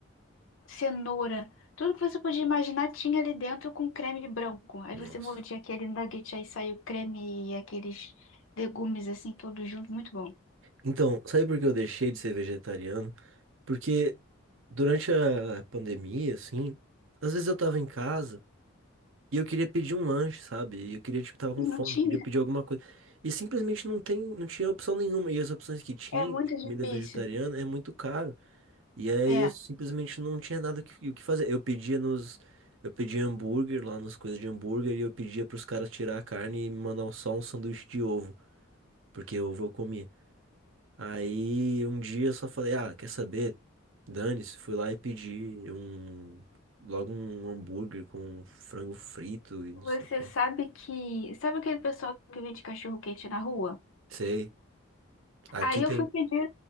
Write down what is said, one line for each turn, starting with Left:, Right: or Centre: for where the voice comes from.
Left: cenoura, tudo que você podia imaginar tinha ali dentro com creme branco. Aí
Right: Nossa.
Left: você mordia aquele nugget, aí saiu creme e aqueles legumes assim, todos juntos, muito bom.
Right: Então, sabe por que eu deixei de ser vegetariano? Porque durante a pandemia, assim, às vezes eu tava em casa e eu queria pedir um lanche, sabe? E eu queria, tipo, tava com
Left: E
Right: fome,
Left: não tinha.
Right: queria pedir alguma coisa. E simplesmente não tem, não tinha opção nenhuma. E as opções que tinha
Left: É muito
Right: de comida
Left: difícil.
Right: vegetariana é muito caro. E aí
Left: É.
Right: eu simplesmente não tinha nada o que, o que fazer. Eu pedia nos. Eu pedia hambúrguer lá nas coisas de hambúrguer e eu pedia pros caras tirar a carne e me mandar só um sanduíche de ovo, porque ovo eu comia. Aí um dia eu só falei, ah, quer saber? Dane-se, fui lá e pedi um logo um hambúrguer com frango frito e não
Left: Você
Right: sei o quê.
Left: sabe que. Sabe aquele pessoal que vende cachorro-quente na rua?
Right: Sei. Aqui
Left: Aí
Right: tem.
Left: eu fui pedir